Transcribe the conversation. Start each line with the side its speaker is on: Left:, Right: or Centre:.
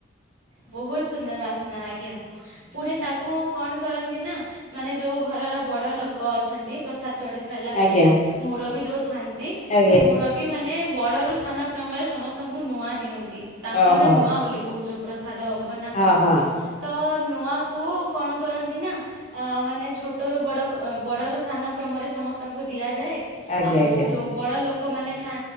Right: ବହୁତ୍ ସୁନ୍ଦର ବାସ୍ନା ଆଜ୍ଞା। ପୁଣି ତାକୁ କଣ କରନ୍ତି ନା ମାନେ ଯୋଉ ଘରର ବଡ ଲୋକ ଅଛନ୍ତି। ପ୍ରସାଦ ଚଢେ ଚଢେଲା ପରେ
Left: ଆଜ୍ଞା
Right: ମୁରବି ଯୋଉ ଥାଆନ୍ତି
Left: ଆଜ୍ଞା
Right: ସେ ମୁର ବି ମାନେ ବଡରୁ ସାନ କ୍ରମରେ ସମସ୍ତଙ୍କୁ ନୂଆ ଦିଅନ୍ତି। ତାଙ୍କୁ
Left: ଓହୋ।
Right: ଆମେ ନୂଆ ବୋଲି କହୁଚୁ। ସାଦ ବନା ହୁଏ।
Left: ହଁ ହଁ
Right: ତ ନୂଆକୁ କଣ କରନ୍ତି ନା ଆ ମାନେ ଛୋଟରୁ ବଡକ ବଡରୁ ସାନ କ୍ରମରେ ସମସ୍ତଙ୍କୁ ଦିଆଯାଏ।
Left: ଆଜ୍ଞା
Right: ଆଉ
Left: ଆଜ୍ଞା
Right: ଯୋଉ ବଡ ଲୋକମାନେ ଥାଆ